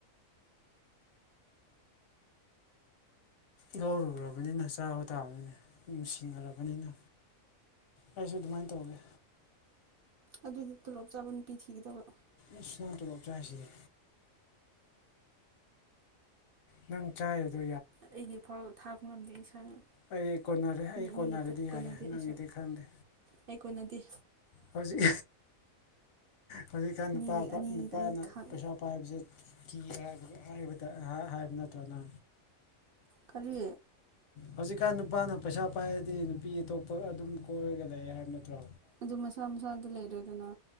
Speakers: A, on the left; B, on the right.
A: ꯂꯧꯔꯨꯔꯕꯅꯤꯅ ꯆꯥꯕ ꯇꯥꯕꯅꯤꯅ‌ꯦ ꯅꯨꯡꯁꯤꯅꯔꯕꯅꯤꯅ ꯑꯩꯁꯨ ꯑꯗꯨꯃꯥꯏꯅ ꯇꯧꯔꯒꯦ
B: ꯑꯗꯨꯗꯤ ꯇꯣꯂꯣꯞ ꯆꯥꯕ ꯅꯨꯄꯤ ꯊꯤꯒꯗꯕ
A: ꯑꯁ ꯅꯪ ꯇꯂꯣꯞ ꯆꯥꯏ ꯁꯤꯗꯤ ꯅꯪ ꯆꯥꯏꯗꯨ
B: ꯑꯩꯒꯤ ꯐꯥꯎ ꯊꯥꯛꯄ ꯉꯝꯗꯦ ꯏꯁꯥꯅ
A: ꯑꯩ ꯀꯣꯟꯅꯔꯦ ꯑꯩ
B: ꯃꯤ ꯑꯅꯤꯒꯤ
A: ꯀꯣꯟꯅꯔꯗꯤ ꯌꯥꯔꯦ
B: ꯀꯣꯟꯅꯗꯦ
A: ꯅꯪꯒꯤꯗꯤ
B: ꯑꯩꯁꯨ
A: ꯈꯪꯗꯦ
B: ꯑꯩ ꯀꫭꯟꯅꯗ‌ꯦ
A: ꯍꯧꯖꯤꯛ ꯍꯧꯖꯤꯛꯀꯥꯟ ꯅꯨꯄꯥ
B: ꯃꯤꯒꯤ ꯑꯅꯤꯒꯤꯗ
A: ꯅꯨꯄꯥꯅ
B: ꯑꯩ ꯈꯥꯡ
A: ꯄꯩꯁꯥ ꯄꯥꯏꯕꯁꯦ ꯀꯤ ꯍꯥꯏꯕ ꯍꯥꯏꯕꯗ ꯍꯥꯏꯕ ꯅꯠꯇ꯭ꯔꯅ
B: ꯀꯔꯤ
A: ꯍꯧꯖꯤꯛꯀꯥꯟ ꯅꯨꯄꯥꯅ ꯄꯩꯁꯥ ꯄꯥꯏꯔꯗꯤ ꯅꯨꯄꯤ ꯑꯇꯣꯞꯄ ꯑꯗꯨꯝ ꯀꯣꯏꯔꯒ ꯂꯩꯔ ꯍꯥꯏꯕ ꯅꯠꯇ꯭ꯔꯣ
B: ꯑꯗꯨ ꯃꯁꯥ ꯃꯁꯥꯗꯨ ꯂꯩꯔ‌ꯦꯗꯅ